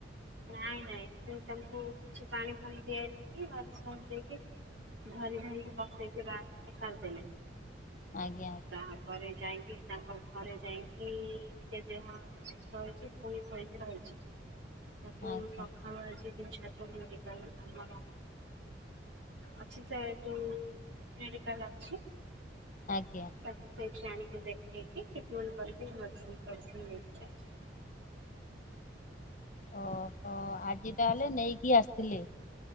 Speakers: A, on the right (about 75°); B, on the left (about 45°).
A: ନାଇଁ ନାଇଁ ସେ ତାଙ୍କୁ କିଛି ପାଣି ଫାଣି ପିଆଇଲିନି ଓ ଆର ଏସ ପାଣି ପିଇକି ଧରି ଧରିକି ବସେଇକି ବାହାଘର ଟା ସାରିଦଲେ।
B: ଆଜ୍ଞା।
A: ତାହା ପରେ ଯାଇକି ତାଙ୍କ ଘରେ ଯାଇକି ଟିକେ ଦେହ ସୁସ୍ଥ ହେଇଛି ପୁଣି ଶୋଇକି ରହିଛି। ତାକୁ
B: ଆଜ୍ଞା
A: ସକାଳୁ ଆଜି ଛାଡିଲୁ ମେଡିକାଲ ଆମର ଅଛି ସେ ଯୋଉ ମେଡ଼ିକାଲ ଅଛି
B: ଆଜ୍ଞା।
A: ତାକୁ ସେଇଠି ଆଣିକି ଦେଖେଇକି ଟ୍ରୀଟମେଣ୍ଟ କରିକି ମେଡ଼ିସିନ ଫେଡ଼ିସିନ୍ ନେଇକି ଯାଇଚନ୍ତି।
B: ଓହୋ ଆଜି ତାହେଲେ ନେଇକି ଆସିଥିଲେ?